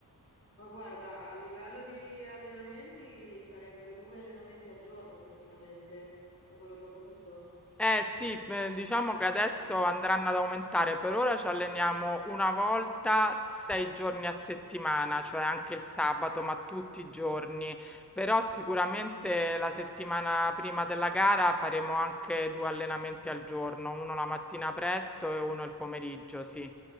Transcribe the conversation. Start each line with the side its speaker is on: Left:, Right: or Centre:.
Left: Ma guarda, a livello di allenamenti sarebbero due allenamenti al giorno praticamente, da quello che ho capito.
Centre: Eh, Eh sì, eh, diciamo che adesso andranno ad aumentare. Per ora ci alleniamo una volta sei giorni a settimana, cioè anche il sabato, ma tutti i giorni. Però sicuramente la settimana prima della gara faremo anche due allenamenti al giorno, uno la mattina presto e uno il pomeriggio, sì.